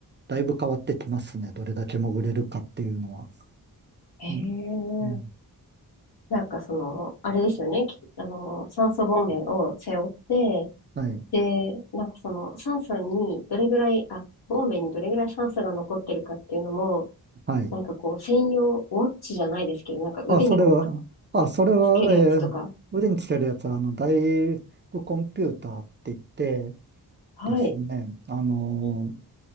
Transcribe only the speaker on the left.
へえ。
なんかその、あれですよね。きあの、酸素ボンベを背負って、
で、なんかその、酸素にどれぐらい、あ、ボンベにどれぐらい酸素が残ってるかっていうのも、
なんかこう、専用、ウォッチじゃないですけど、なんか腕にこうくっ
つけるやつとか。
はい。